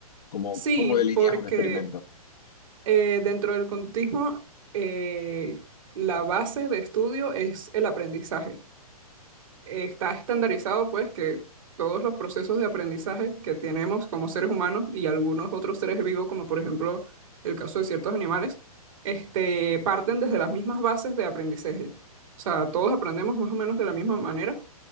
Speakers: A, on the left; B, on the right.
A: ¿Cómo,
B: Sí,
A: cómo
B: porque
A: delineas un experimento?
B: eh, dentro del conductismo eh, la base de estudio es el aprendizaje. eh, está estandarizado, pues, que todos los procesos de aprendizaje que tenemos como seres humanos y algunos otros seres vivos, como por ejemplo el caso de ciertos animales, este, parten desde las mismas bases de aprendizaje. O sea, todos aprendemos más o menos de la misma manera